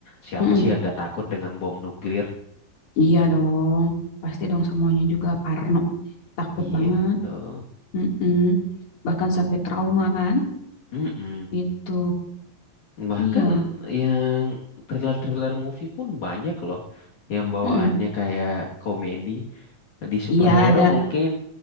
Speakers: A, on the left (about 60°); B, on the left (about 40°).
A: Siapa
B: mm-mm.
A: sih yang nggak takut dengan bom nuklir?
B: Iya dong, pasti dong semuanya juga parno, takut
A: Iya
B: banget.
A: betul.
B: Mm-mm. Bahkan sampai trauma kan,
A: Mm-mm.
B: gitu.
A: Bahkan
B: Iya,
A: yang thriller-thriller movie pun banyak loh. Yang bawaannya
B: Mm-mm.
A: kayak komedi. Di superhero
B: Iya ada,
A: mungkin